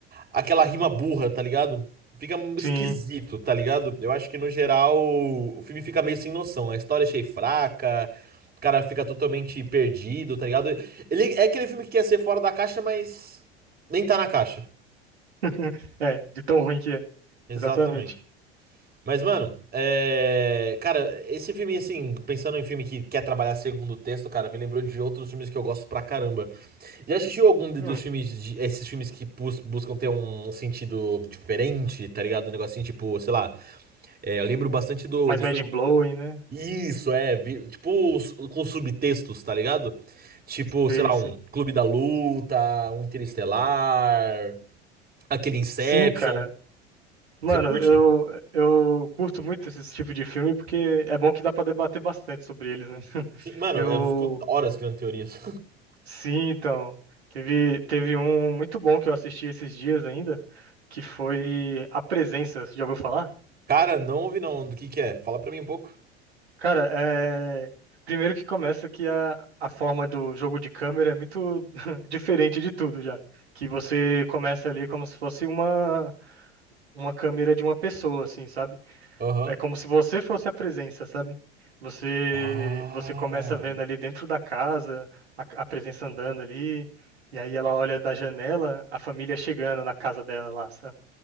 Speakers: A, on the right (about 30°); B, on the right (about 75°).
A: aquela rima burra, tá ligado? Fica esquisito,
B: Sim.
A: tá ligado? Eu acho que no geral o filme fica meio sem noção. A história achei fraca, o cara fica totalmente perdido, tá ligado? Ele é aquele filme que quer ser fora da caixa, mas nem tá na caixa.
B: <laughs> É, de tão ruim que é.
A: Exatamente.
B: Exatamente.
A: Mas, mano, é... cara, esse filme, assim, pensando em filme que quer trabalhar segundo texto, cara, me lembrou de outros filmes que eu gosto pra caramba. Já assistiu algum de-
B: Hum,
A: dos filmes, de- esses filmes que bus- buscam ter um um sentido diferente, tá ligado? Um negocinho tipo, sei lá, é, eu lembro bastante do,
B: mas
A: do
B: mind
A: sub...
B: blowing, né?
A: Isso, é, vi- tipo, os- com subtextos, tá ligado? Tipo,
B: Sei,
A: sei lá,
B: sei.
A: um Clube da Luta, um Interestelar, aquele Inception.
B: Sim, cara. Mano,
A: Você curte?
B: eu, eu curto muito esse tipo de filme porque é bom que dá pra debater bastante sobre eles, né? <laughs>
A: Sim, mano,
B: Eu
A: eu fico horas criando teorias.
B: Sim, então. Teve, teve um muito bom que eu assisti esses dias ainda, que foi A Presença. Você já ouviu falar?
A: Cara, não ouvi não. Do que que é? Fala pra mim um pouco.
B: Cara, é. Primeiro que começa que a, a forma do jogo de câmera é muito <laughs> diferente de tudo já. Que você começa ali como se fosse uma, uma câmera de uma pessoa, assim, sabe?
A: Aham.
B: É como se você fosse a presença, sabe? Você
A: Ah,
B: você começa vendo ali dentro da casa a, a presença andando ali, e aí ela olha da janela a família chegando na casa dela lá, sabe?